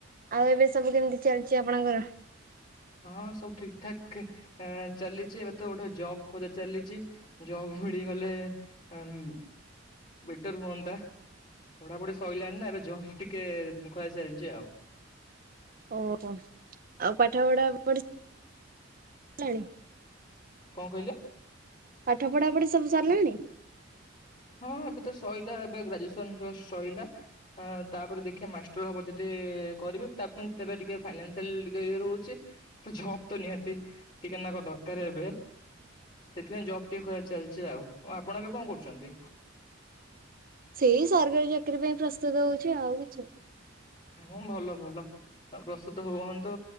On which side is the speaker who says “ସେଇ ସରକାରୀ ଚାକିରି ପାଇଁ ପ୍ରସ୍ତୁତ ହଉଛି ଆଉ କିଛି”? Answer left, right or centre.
Right